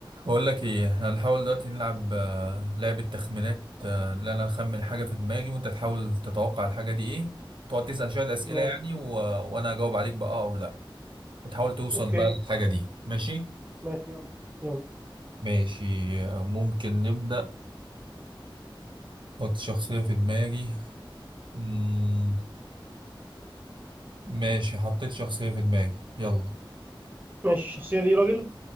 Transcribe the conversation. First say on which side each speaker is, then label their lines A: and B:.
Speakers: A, on the right; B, on the right.
A: بقول لك ايه هنحاول دلوقتي نلعب آه، لعبة تخمينات آه، اللي انا اخمن حاجة في دماغي وانت تحاول تتوقع الحاجة دي ايه تقعد تسأل شوية أسئلة
B: ماشي
A: يعني و... وانا اجاوب عليك بقى او لا وتحاول توصل
B: اوكي
A: بقى للحاجة دي ماشي
B: ماشي يلا يلا
A: ماشي آه، ممكن نبدأ حط شخصية في دماغي مم... ماشي حطيت شخصية في دماغي يلا
B: ماشي الشخصية دي راجل